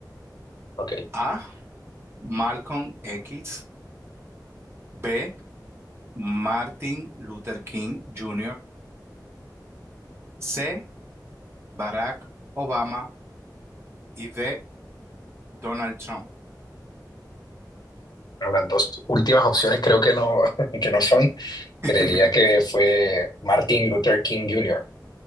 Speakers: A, on the left; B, on the right.
A: ok.
B: A. Malcolm X. B. Martin Luther King Jr. C. Barack Obama. Y D. Donald Trump.
A: Bueno, Las dos últimas opciones creo que no, <laughs> que no son.
B: <laughs>
A: Creería que fue Martin Luther King Jr.